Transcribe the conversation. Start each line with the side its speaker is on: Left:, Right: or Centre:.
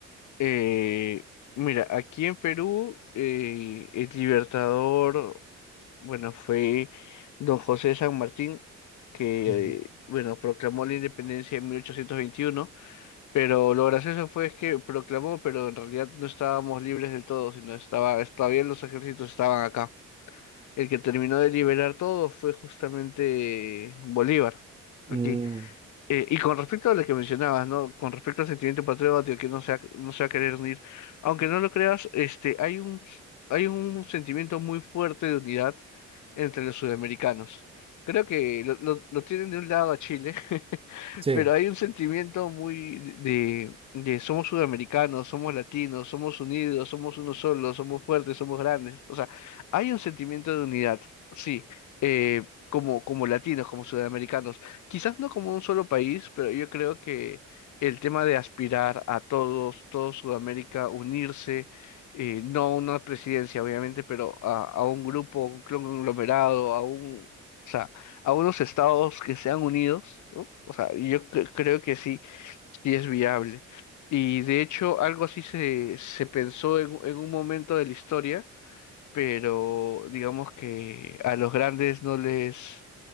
Left: Eh, mira, aquí en Perú, eh, el libertador, bueno, fue don José de San Martín, que,
Right: Ujú.
Left: eh, bueno, proclamó la independencia en mil ochocientos veintiuno Pero lo gracioso fue es que proclamó, pero en realidad no estábamos libres del todo, sino estaba, todavía los ejércitos estaban acá. El que terminó de liberar todo fue justamente Bolívar, aquí.
Right: Mm,
Left: Eh, y con respecto a lo que mencionabas, ¿no? Con respecto al sentimiento patriótico que no se va, no se va a querer unir, aunque no lo creas, este, hay un, hay un sentimiento muy fuerte de unidad entre los sudamericanos. Creo que lo, lo- lo tienen de un lado a Chile, <laughs>
Right: sí.
Left: pero hay un sentimiento muy de, de somos sudamericanos, somos latinos, somos unidos, somos uno solo, somos fuertes, somos grandes. O sea, hay un sentimiento de unidad, sí, eh, como, como latinos, como sudamericanos quizás no como un solo país, pero yo creo que el tema de aspirar a todos, todo Sudamérica, unirse, eh, no a una presidencia, obviamente, pero a, a un grupo, un conglomerado, a un, o sea, a unos estados que sean unidos, ¿no? O sea, yo cre- creo que sí, sí es viable. Y de hecho, algo así se, se pensó en, en un momento de la historia, pero digamos que a los grandes no les